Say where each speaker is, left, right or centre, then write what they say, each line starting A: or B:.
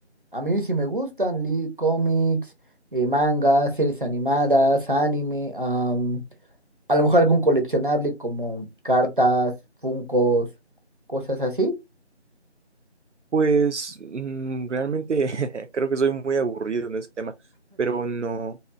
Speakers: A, on the right; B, on the right.
A: a mí sí me gustan, li cómics, eh, mangas, series animadas, anime. A lo mejor algún coleccionable como cartas, funcos, cosas así.
B: Pues mm, realmente <laughs> creo que soy muy aburrido en ese tema, pero no,